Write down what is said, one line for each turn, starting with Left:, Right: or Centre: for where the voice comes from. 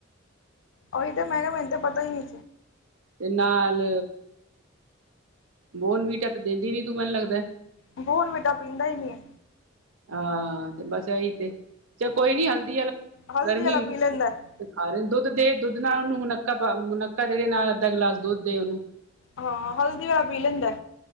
Left: ਉਹੀ ਤੇ, ਮੈਂ ਕਿਹਾ ਮੈਨੂੰ ਤੇ ਪਤਾ ਹੀ ਨਹੀਂ।
Right: ਤੇ, ਨਾਲ ਬੋਨਵੀਟਾ ਤਾਂ ਦੇਂਦੀ ਨੀ, ਤੂੰ ਮੈਨੂੰ ਲੱਗਦਾ।
Left: ਬੋਰਨਵੀਟਾ ਪੀਂਦਾ ਹੀ ਨਹੀਂ।
Right: ਹਾਂ, ਤੇ ਬਸ ਇਹੀ ਤੇ। ਚਲੋ ਕੋਈ ਨੀ, ਹਲਦੀ ਵਾਲਾ ਦੁੱਧ,
Left: ਹਲਦੀ
Right: ਗਰਮੀ।
Left: ਵਾਲਾ ਪੀ ਲੈਂਦਾ ਹੈ।
Right: ਆਰੇ ਨੂੰ ਦੁੱਧ ਦੇ, ਦੁੱਧ ਨਾਲ ਉਹਨੂੰ ਮੁਨੱਕਾ ਪਾ ਦੇ। ਮੁਨੱਕੇ ਦੇ ਨਾਲ ਅੱਧਾ ਗਿਲਾਸ ਦੁੱਧ ਦੇ ਉਹਨੂੰ।
Left: ਹਾਂ, ਹਲਦੀ ਵਾਲਾ ਪੀ ਲੈਂਦਾ।